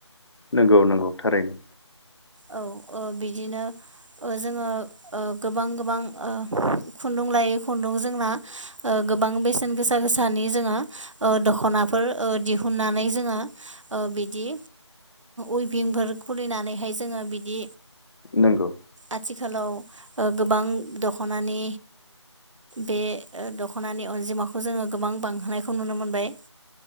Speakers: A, on the left; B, on the right.
A: नंगौ नंगौ थारैनो
B: औ ओ बिदिनो जोङो गोबां गोबां खुन्दुं लायै खुन्दुं जोंना गोबां बेसेन गोसा गोसानि जोङो दख'नाफोर दिहुननानै जोङो बिदि उभिंफोर खुलिनानै बेहाय जोङो बिदि
A: नंगौ
B: आथिखालाव गोबां दख'नानि बे दख'नानि अनजिमाखौ जोङो गोबां बांहोनायखौ नुनो मोनबाय